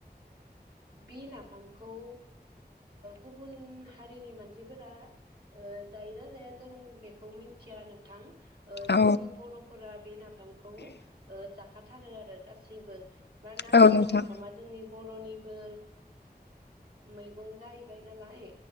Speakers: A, on the right; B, on the left.
A: बि नाफामखौ गुबुन हारिनि मानसिफोरा जायोना जाया जों बेखौ मिथिया नोंथां
B: औ
A: जोंनि बर'फोरा बे नाफामखौ जाखाथारो आरो गासैबो मा ना
B: औ
A: बे
B: नोंथां
A: नाफामा जोंनि बर'निबो मैगं जाहैबाय नालाय